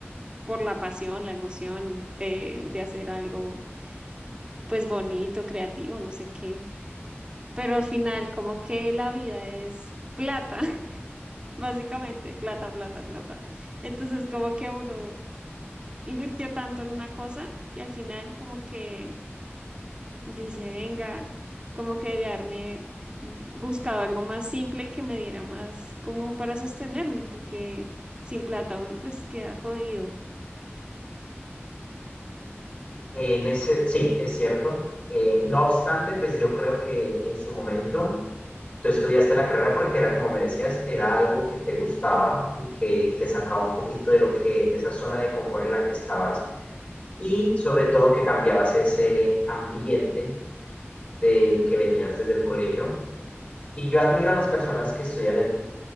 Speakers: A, on the right; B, on the left.
A: por la pasión, la emoción de, de hacer algo pues bonito, creativo, no sé qué. pero al final como que la vida es plata, <laughs> básicamente, plata, plata, plata. Entonces como que uno invirtió tanto en una cosa y al final como que dice, venga, como que debe haberme buscado algo más simple que me diera más como para sostenerme, porque sin plata uno pues queda jodido,
B: En ese, sí, es cierto. Eh, no obstante, pues yo creo que en su momento tú estudiaste la carrera porque era, como me decías, era algo que te gustaba y que te sacaba un poquito de lo que, de esa zona de confort en la que estabas y sobre todo que cambiabas ese ambiente del que venías desde el colegio Y yo admiro a las personas que estudian el